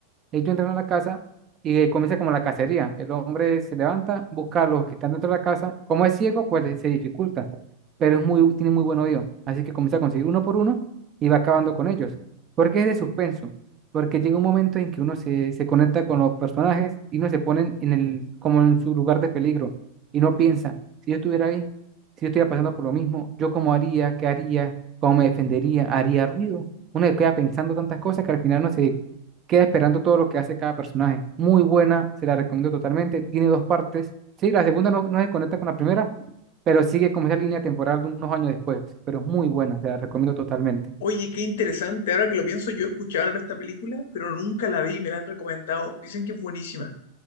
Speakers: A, on the right; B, on the left.
A: Ellos entran a la casa y eh, comienza como la cacería. El hombre se levanta, busca a los que están dentro de la casa. Como es ciego, pues le- se dificulta, pero es muy, tiene muy buen oído. Así que comienza a conseguir uno por uno y va acabando con ellos. Porque es de suspenso, porque llega un momento en que uno se, se conecta con los personajes y uno se pone en el, como en su lugar de peligro y no piensa, si yo estuviera ahí, si yo estuviera pasando por lo mismo, yo cómo haría, qué haría, cómo me defendería, haría ruido. Uno se queda pensando tantas cosas que al final no se queda esperando todo lo que hace cada personaje. Muy buena, se la recomiendo totalmente. Tiene dos partes. Sí, la segunda no, no se conecta con la primera, pero sigue como esa línea temporal de unos años después. Pero es muy buena, se la recomiendo totalmente.
B: Oye, qué interesante. Ahora que lo pienso, yo escuché hablar de esta película, pero nunca la vi y me la han recomendado. Dicen que es buenísima.